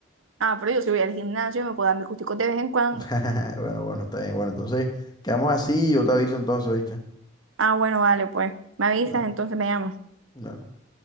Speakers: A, on the right; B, on the left.
A: Ah, pero yo si voy al gimnasio me puedo dar mis gusticos de vez en cuando.
B: <laughs> Bueno, bueno, está bien. Bueno, entonces quedamos así y yo te aviso entonces, ¿viste?
A: Ah, bueno, vale, pues. Me avisas,
B: Claro,
A: entonces me llamas.
B: claro.